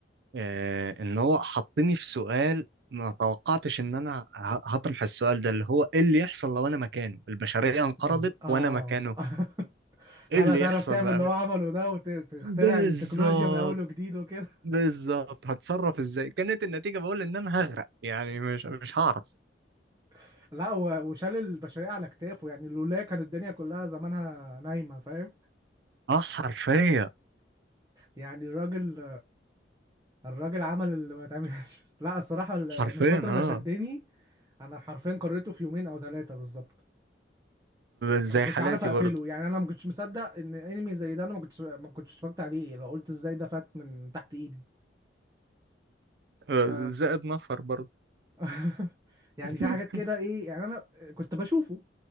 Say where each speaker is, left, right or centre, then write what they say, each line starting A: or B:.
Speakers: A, on the right; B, on the right.
A: آه ان هو حطني في سؤال ما توقعتش ان انا ه- هطرح السؤال ده اللي هو ايه اللي يحصل لو انا مكانه البشرية انقرضت
B: بز... اه
A: وانا مكانه
B: <laughs> هل
A: ايه اللي
B: هتعرف
A: يحصل
B: تعمل
A: بقى
B: اللي هو عمله ده وتخترع
A: بالظبط
B: التكنولوجيا من اول وجديد وكده
A: بالظبط هتصرف ازاي كانت النتيجة بقول ان انا هغرق يعني مش مش هعرف
B: <laughs> لا و- وشال البشرية على كتافه يعني لولا كانت الدنيا كلها زمانها نايمة فاهم
A: اه حرفيا
B: يعني الراجل الراجل عمل اللي ما يتعملش <laughs> لا الصراحة ال-
A: حرفيا
B: من كتر
A: اه
B: ما شدني انا حرفيا قريته في يومين او ثلاثة بالظبط
A: زي
B: انا ما كنتش
A: حالاتي
B: عارف اقفله
A: برضه
B: يعني انا ما كنتش مصدق ان انمي زي ده انا ما كنتش ما كنتش اتفرجت عليه لو قلت ازاي ده فات من تحت ايدي
A: آه،
B: ف
A: زائد نفر برضه
B: <laughs> يعني
A: <laughs>
B: في حاجات كده ايه يعني انا كنت بشوفه